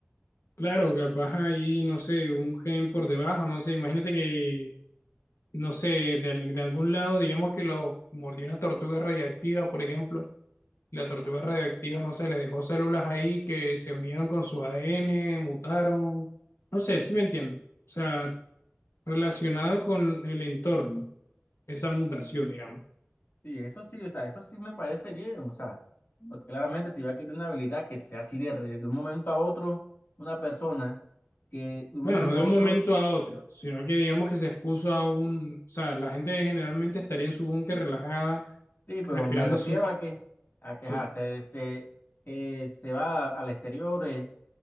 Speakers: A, on the left; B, on the left.
A: claro, capaz ahí, no sé, un gen por debajo, no sé, imagínate que no sé, de, al- de algún lado, digamos que lo mordió una tortuga radiactiva, por ejemplo. y La tortuga radiactiva, no sé, le dejó células ahí que se unieron con su ADN, mutaron. No sé, si me entienden. O sea, relacionado con el entorno, esa mutación, digamos.
B: Sí, eso sí, o sea, eso sí me parece bien, o sea, porque claramente si va a adquirir una habilidad que sea así de, re- de un momento a otro, una persona que de un
A: Bueno,
B: momento
A: no de
B: a
A: un
B: otro,
A: momento a otro, sino que digamos que se expuso a un... O sea, la gente generalmente estaría en su búnker relajada,
B: sí, pero
A: respirando
B: me refiero
A: su...
B: a que, a que
A: Sí,
B: ajá, se, se, eh, se va al exterior. eh,